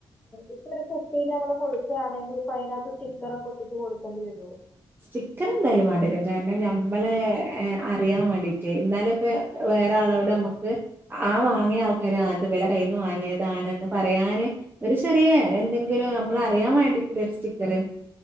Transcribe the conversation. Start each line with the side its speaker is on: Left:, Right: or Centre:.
Left: ഇപ്പൊരു കുപ്പിയില് നമ്മള് കൊടുക്കുകയാണെങ്കി ഇപ്പൊ അതിനകത്ത് സ്റ്റിക്കറൊക്കെ ഒട്ടിച്ച് കൊടുക്കേണ്ടി വരുവോ
Right: സ്റ്റിക്കറെന്തായാലും വേണ്ടിവരും കാരണം ഞമ്മളെ അറിയാൻ വേണ്ടിട്ട് എന്നാലും വേ വേറെ ആളോട് നമ്മുക്ക് ആ വാങ്ങിയ ആൾക്കാര് അത് വെല കയ്യിന്ന് വാങ്ങിയതാണന്ന് പറയാന് ഒരു ചെറിയ എന്തെങ്കിലും നമ്മളറിയാൻ വേണ്ടിട്ട് ഒരു സ്റ്റിക്കറ്